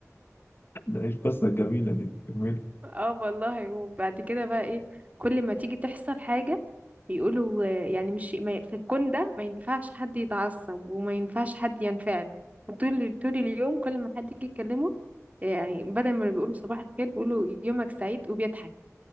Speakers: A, on the left; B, on the right.
A: ده ايه القصه الجميله دي جميل
B: اه والله وبعد كده بقى ايه كل ما تيجي تحصل حاجة يقولوا آه، يعني مش ما ي- في الكون ده ما ينفعش حد يتعصب وما ينفعش حد ينفعل وطول طول اليوم كل ما حد يجي يكلمه آه، يعني بدل ما بيقولوا صباح الخير بيقولوا يومك سعيد وبيضحك